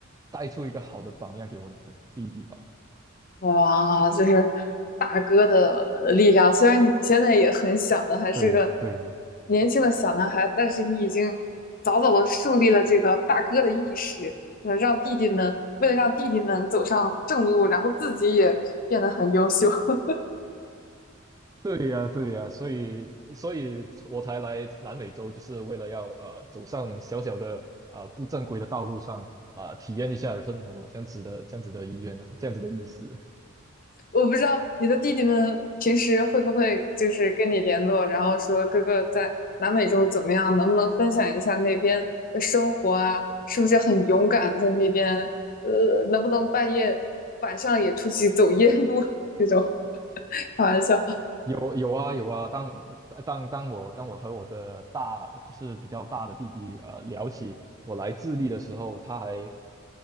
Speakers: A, on the right; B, on the left.
A: 带出一个好的榜样给我的弟弟吧。
B: 哇，就是大哥的力量。虽然你现在也很小呢，还是个
A: 对呀、对呀、
B: 年轻的小男孩，但是你已经早早的树立了这个大哥的意识，呃，让弟弟们，为了让弟弟们走上正路，然后自己也变得很优秀。<laughs>
A: 对呀，对呀，所以，所以我才来南美洲，就是为了要呃走上小小的呃不正规的道路上啊、呃体验一下生活这样子的这样子的意愿啊，这样子的意思。
B: 我不知道你的弟弟们平时会不会就是跟你联络，然后说哥哥在南美洲怎么样，能不能分享一下那边的生活啊？是不是很勇敢在那边？呃，能不能半夜晚上也出去走夜路 <laughs> 这种？开玩笑。
A: 有有啊有啊，当当当我当我和我的大就是比较大的弟弟呃聊起我来智利的时候，他还